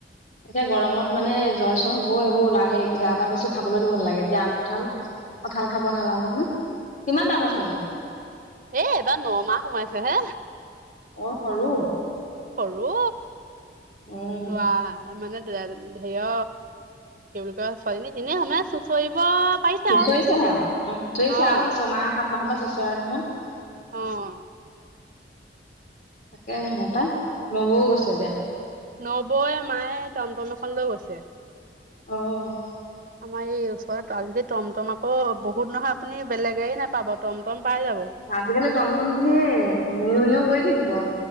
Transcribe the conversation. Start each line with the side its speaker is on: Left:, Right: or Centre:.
Left: এতিয়া গৰমত মানে জ্বৰ চ্বৰ হ'ব এইবোৰ যা তা বস্তু খাবলৈ দিব নালাগে। এতিয়া আম কঁঠাল কঁঠাল খাব নালাগে ন। কিমান ডাঙৰ ছোৱালীজনী?
Right: এ এবাৰ নমাহ সোমাইছে হে।
Left: অ সৰু।
Right: সৰু।
Left: উম
Right: লোৱা মানে হেয় তেওঁলোকৰ ছোৱালজনী তেনেই সমে চুঁচৰিব পাৰিছে
Left: চুচৰিচে
Right: আৰু
Left: হে আও। চুঁচৰিছে
Right: অ',
Left: আৰু ছমাহ সাত মাহৰ পৰা চুঁচৰে নহয়।
Right: অ'
Left: তাকেহে
Right: <unintelligible>
Left: পাই নবৌ গৈছে দিয়া
Right: নবৌয়ে মায়ে টমটম এখন লৈ গৈছে।
Left: অ '
Right: আমাৰ এই ওচৰত আজিকালি টমটম আকৌ বহুত নহয় আপুনি বেলেগ গাড়ী নাপাব। টমটম পাই যাব।
Left: আজিকালি টমটম ধেই নিউ নিউ কৰি থাকিব।